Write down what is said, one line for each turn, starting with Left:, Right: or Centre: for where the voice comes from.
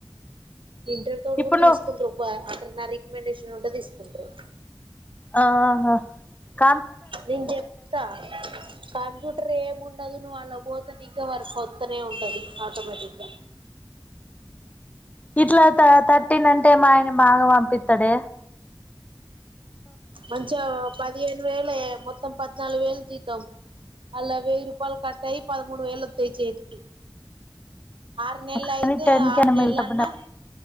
Right: ఇంటర్ తో
Left: ఇప్పుడు
Right: కూడా తీసుకుంట
Left: నువ్వు
Right: రప్ప అంట రికమెండేషన్ ఉంట తీసుకుంటారు
Left: ఆహా క
Right: నేను చెప్తా కంప్యూటర్ ఏమి ఉండదు నువ్ వాళ్ళ పోతనిక వారి కొత్తనే ఉంటంది ఆటోమేటిక్గా
Left: ఇట్లా త థర్టీన్ అంటే మాయ మాగావాంపితడే
Right: మంచి పదిహేను వేలే మొత్తం పద్నాలుగు వేలు తీతాం అళ్లా వెయ్యి రూపాయలు కట్టాయి పదమూడు వేలు వస్తాయి చేతికి ఆర్ నెల్
Left: కానీ
Right: అయితే
Left: టెన్
Right: ఆర్
Left: కైనా
Right: నెల
Left: మిగులుతా
Right: అన్నా